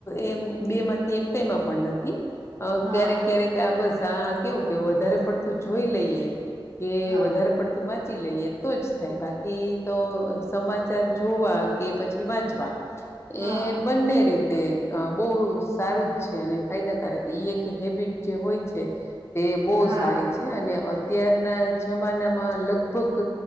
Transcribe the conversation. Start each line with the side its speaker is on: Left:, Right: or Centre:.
Left: એ બે માંથી એક કઈ માં પણ નથી.
Right: હા
Left: ક્યારેક ક્યારેક આ બસ આ કેવું કે વધારે પડતું જોઈ લઈએ કે
Right: હા
Left: વધારે પડતું વાંચી લઈએ તો જ થાય બાકી એ તો સમાચાર જોવા કે પછી વાંચવા
Right: હા
Left: એ બંને રીતે તે બહુ સારું જ છે, અને ફાયદાકારક એક હેબિટ જે હોય છે. તે બહુ
Right: હા
Left: સારી છે અને અત્યારના જમાનામાં લગભગ